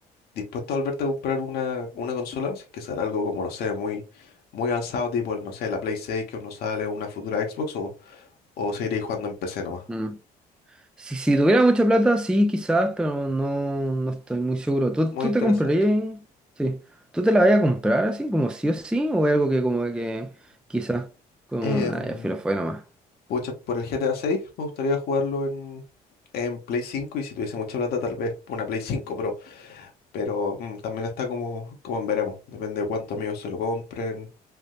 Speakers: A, on the left; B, in the centre.
A: dispuesto a volverte a comprar una, una consola? Si es que sale algo como, no sé, muy, muy avanzado, tipo, el, no sé, la Play 6 que uno sale, una futura Xbox o o seguiré jugando en PC nomás.
B: mm. Si, si tuviera mucha plata, sí, quizás, pero no, no estoy muy seguro. ¿Tú,
A: Muy
B: tú
A: interesado.
B: te comprarías? Sí. ¿Tú te la vas a comprar así, como sí o sí? ¿O es algo que como que quizás como...
A: Em,
B: Nada, ya filo, fue nomás.
A: pucha, por el GTA 6 me gustaría jugarlo en, en Play 5 y si tuviese mucha plata tal vez una Play 5 Pro. Pero mm, también está como, como en veremos. Depende de cuántos amigos se lo compren,